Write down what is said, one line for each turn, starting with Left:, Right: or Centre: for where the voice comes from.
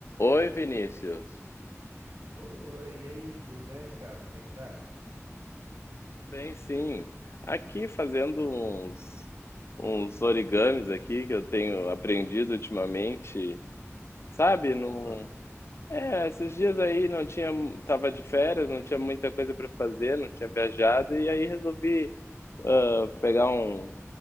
Left: Oi, Vinícius.
Right: Oi, e aí, tudo bem, cara? Como é que tá?
Left: Tudo bem? Sim. Aqui fazendo uns, uns origamis aqui que eu tenho aprendido ultimamente. Sabe,
Right: Opa,
Left: não... É, esses dias aí não tinha, tava de férias, não tinha muita coisa para fazer, não tinha viajado e aí resolvi ah, pegar um,